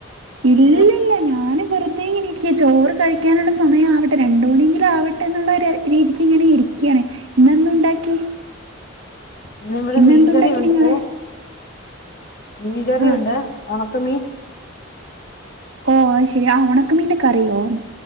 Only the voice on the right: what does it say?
ഇല്ലില്ല
ഞാനി വെറുതെങ്ങനരിക്കയ ചോറ് കഴിക്കാനുള്ള സയം ആവട്ടെ രണ്ട്മണിയെങ്കിലുമാവട്ടെ എന്നുള്ള രീതിക്ക് ഇങ്ങനെ ഇരിക്കയാണ് ഇന്നെന്തുണ്ടാക്കി <inaudible>
ഇന്നെന്തുണ്ടാക്കി
നിങ്ങള്
ആ
ഓ ശരി അ ഒണക്കമീൻ്റെ കറിയോ